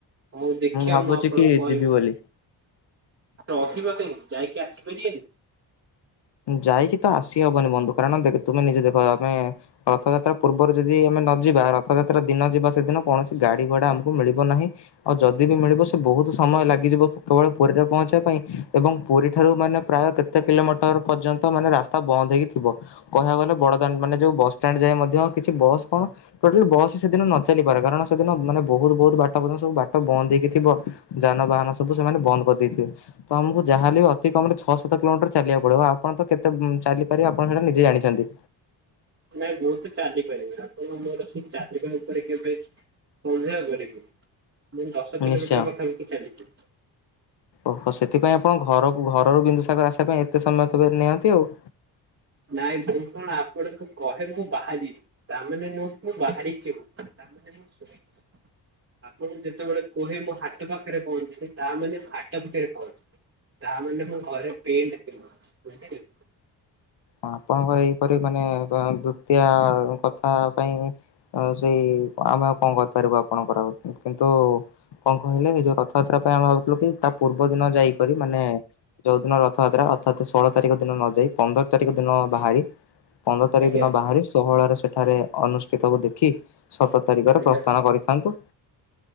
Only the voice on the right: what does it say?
ହଉ ଦେଖିଆ
ମୁଁ ଆପଣଙ୍କୁ
କହିବି।
ରହିବା କାହିଁକି ଯାଇକି ଆସିପାରିବନି।
ନାଇଁ ମୁଁ ତ ଚାଲିପାରିବି ଆପଣ ମତେ ଗୋଟେ ସେ ଚାଲିବା ଉପରେ କେବେ ସନ୍ଦେହ କରିବି ମୁଁ ଦଶ କିଲୋମିଟର
ପାଖାପାଖି ଚାଲିଚି।
ନାଇଁ ମୁଁ କଣ ଆପଣଙ୍କୁ କହେ ମୁଁ ବାହାରିଲି ତାମାନେ ନୁହକି ମୁଁ ବାହାରିଛିି। ମାନେ ମୁଁ ଶୁଣିଚି। ଆପଣଙ୍କୁ ଯେତେବେଳେ କୁହେ ମୁଁ ହାଟ ପାଖରେ ପହଞ୍ଚିଲି ତା ମାନେ ମୁଁ ହାଟ ଭିତରେ ପହଞ୍ଚିବି। ତା ମାନେ ମୁଁ ଘରେ ପେଣ୍ଟେ ପିନ୍ଧୁଚି ବୁଝିଲେ?
ଆଜ୍ଞା
ଆଜ୍ଞା